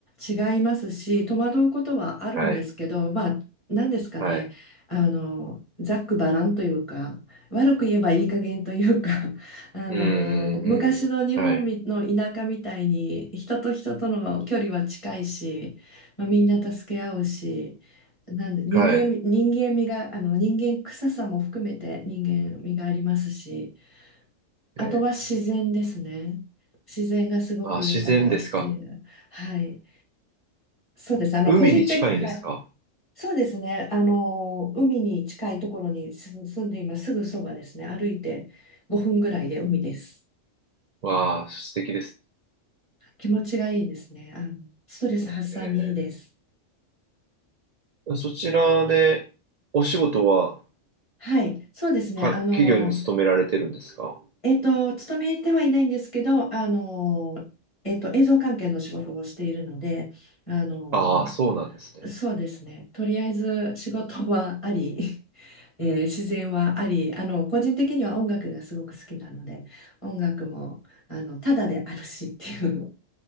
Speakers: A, on the left; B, on the right.
A: 違いますし、戸惑うことはあるんですけど、
B: はい。
A: まあ、何ですかね。
B: はい。
A: あの、ざっくばらんというか、悪く言えばいい加減というか、<laughs> あの、
B: うん、うん、
A: 昔の日本みの田舎みたいに、
B: はい。
A: 人と人との距離は近いし、まあ、みんな助け合うし、なんで人間、
B: はい。
A: 人間味が、あの、人間臭さも含めて人間味がありますし、あとは自然ですね。
B: え
A: 自然がすごく豊かっていう。
B: ー、あ、自然ですか。
A: はい。そうです。あの、
B: 海に近いんですか。
A: 個人的、はい。そうですね。あの、海に近いところに住住んでいます。すぐそばですね。歩いて5分ぐらいで海です。
B: わあ、素敵ですね。
A: 気持ちがいいですね。あの、ストレス発散にいいです。
B: えー、そちらで、お仕事は、
A: はい。そうですね。
B: か、
A: あの、
B: 企業に勤められてるんですか。
A: えっと、勤めてはいないんですけど、あの、えっと、映像関係の仕事をしているので、あの、
B: ああ、そうなんですね。
A: そうですね。とりあえず仕事はあり、<laughs> えー自然はあり、あの、個人的には音楽がすごく好きなので、音楽も、あの、ただであるしっていう